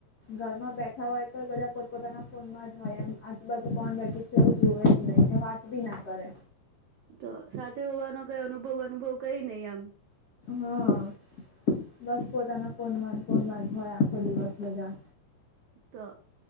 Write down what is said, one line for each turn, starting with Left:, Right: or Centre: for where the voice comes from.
Left: ઘરમાં બેઠા હોય તો બધા પોતપોતાના ફોનમાં જ હોય એમ આજુબાજુ કોણ બેઠું છે, એવું જોવે જ નહી ને વાત બી ના કરે.
Right: તો સાથે હોવાનો કઈ અનુભવ અનુભવ કઈ નહી આમ.
Left: હા બસ પોતાના ફોનમાં ફોનમાં ભ આખો દિવસ બધા.
Right: તો